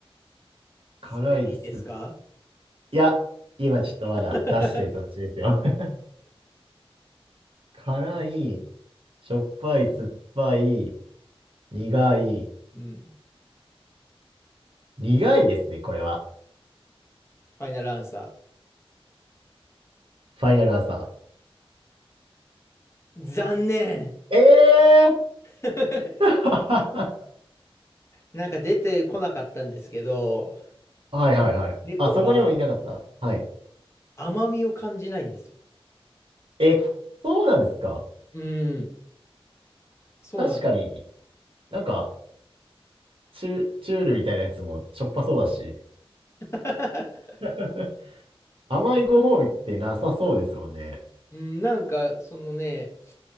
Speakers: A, on the left; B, on the right.
A: それでいいですか
B: 辛い、酸っいや、今ちょっとまだ出してる途中ですよ。
A: <laughs>
B: <laughs> 辛い、しょっぱい、酸っぱい、苦い、
A: うん。
B: 苦いですね、これは。
A: ファイナルアンサ
B: ファイナルアンサ
A: ー。残念。
B: ー。ええー
A: <laughs>
B: <laughs>
A: なんか出てこなかったんですけど、
B: はいはいはい。
A: 猫は
B: あ、そこにもいなかった。はい。
A: 甘みを感じないんですよ。
B: え、そうなんですか
A: うん。そうなんです。
B: 確かに、なんか、チュ、チュールみたいなやつもしょっぱそうだし、
A: <laughs>
B: <laughs> 甘いご褒美ってなさそうですもんね。
A: うん、なんか、そのね、